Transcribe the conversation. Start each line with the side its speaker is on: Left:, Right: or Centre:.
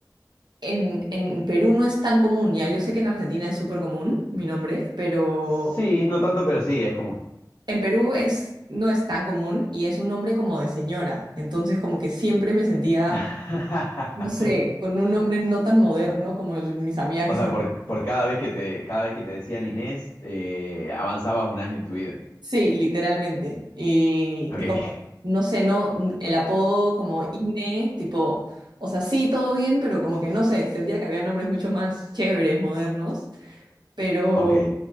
Right: en, en Perú no es tan común, ya. Yo sé que en Argentina es súper común mi nombre, pero
Left: Sí, no tanto, pero sí, es común.
Right: en Perú es, no es tan común y es un nombre como de señora. Entonces como que siempre me sentía,
Left: <laughs>
Right: no sé, con un nombre no tan moderno como el, mis amigas
Left: O
Right: que
Left: sea,
Right: se
Left: por, por cada vez que te, cada vez que te decían Inés, eh, avanzabas un año en tu vida.
Right: Sí, literalmente. Y,
Left: Ok,
Right: y como, no sé, no, el apodo como INE, tipo, o sea, sí, todo bien, pero como que no sé, sentía que había nombres mucho más chéveres, modernos, pero
Left: <laughs> ok.